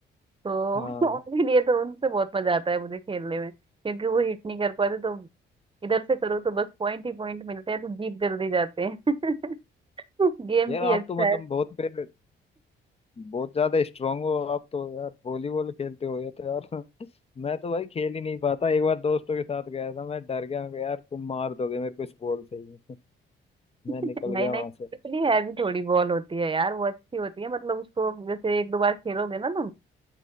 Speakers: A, on the right (about 25°); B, on the left (about 30°).
A: तो
B: हाँ
A: <laughs> उनके लिए तो उनसे बहुत मजा आता है मुझे खेलने में क्योंकि वो हिट नहीं कर पाते तो इधर से करो तो बस पॉइंट ही पॉइंट मिलते हैं तो जीत जल्दी जाते हैं <laughs> गेम
B: यार
A: भी अच्छा
B: आप तो मतलब
A: है
B: बहुत फिर बहुत ज्यादा स्ट्रांग हो आप तो यार वॉलीबॉल खेलते हो ये तो यार मैं तो भाई खेल ही नहीं पाता एक बार दोस्तों के साथ गया था मैं डर गया मैं कहा, यार तुम मार दोगे मेरे को इस बॉल से ही <laughs> मैं निकल
A: नहीं
B: गया
A: नहीं
B: वहां से
A: इतनी हैवी थोड़ी बॉल होती है यार वो अच्छी होती है मतलब उसको जैसे एक दो बार खेलोगे ना तुम